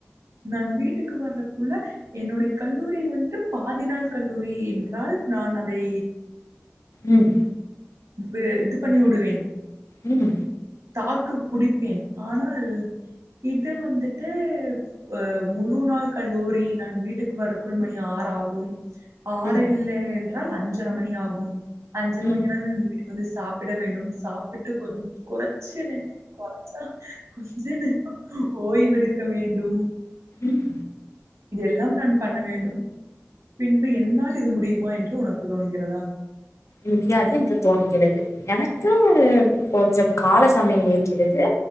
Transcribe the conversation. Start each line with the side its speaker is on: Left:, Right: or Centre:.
Right: நான் வீட்டுக்கு வர்றக்குள்ள என்னுடைய கல்லூரி வன்ட்டு பாதி நாள் கல்லூரி என் என்றால் நான் அதை
Left: உம்
Right: இப்ப இது பண்ணி உடுவேன்
Left: உம்
Right: தாக்கு புடிப்பேன் ஆனால் இது வந்துட்டு அ முழு நாள் கல்லூரி நான் வீட்டுக்கு வர்றக்குள் மணி ஆற ஆகு ஆகும் ஆறு
Left: ம்
Right: இல்லை என்றால் அஞ்சரை மணி ஆகும் அஞ்சரை
Left: ம்
Right: மணினா வந்து சாப்பிட வேண்டும் சாப்பிட்டு கொஞ் குறை கொஞ்சன்னு குறைச்சா கொஞ்சன்னு ஓய்வெடுக்க வேண்டும்
Left: ம்
Right: இதெல்லாம் நான் பண்ண வேண்டும் பின்பு என்னால் இது முடியுமா என்று உனக்கு தோணுகிறதா
Left: முடியாது என்று தோணுகிறது எனக்கு கொஞ்சம் கால சமயம் இருக்கிறது